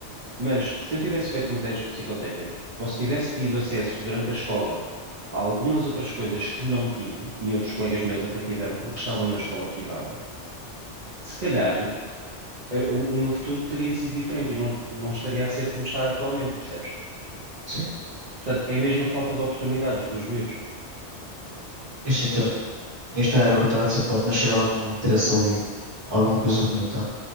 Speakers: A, on the right; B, on the right.
A: Mas se eu tivesse feito um teste psicotécnico, ou se tivesse tido acesso durante a escola a algumas outras coisas que não tive, e outros colegas meus até tiveram porque estavam na escola privada, se calhar eh, o, o meu futuro teria sido diferente e não, não estaria a ser como está atualmente, percebes?
B: Sim,
A: Portanto, é mesmo a falta de oportunidades dos miúdos.
B: isso entendo. Isto era o que eu estava a dizer, pode nascer algum interesse ali, alguma coisa bonita.